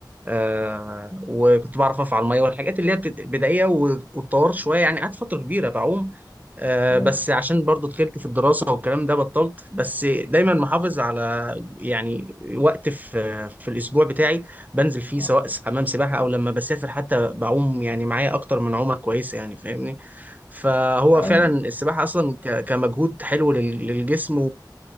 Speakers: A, on the right; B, on the left.
A: آه وكنت بعرف اقف على الميه والحاجات اللي هي بت- بدائيه و- واتطورت شويه يعني قعدت فتره كبيره بعوم آه
B: جامد
A: بس عشان برضو دخلت في الدراسه والكلام ده بطلت بس دايما محافظ على يعني وقت في في الاسبوع بتاعي بنزل فيه
B: آه،
A: سواء حمام سباحه او لما بسافر حتى بعوم يعني معايا اكتر من عومه كويسه يعني فاهمني فهو
B: عالمي
A: فعلا السباحه اصلا ك- كمجهود حلو لل- للجسم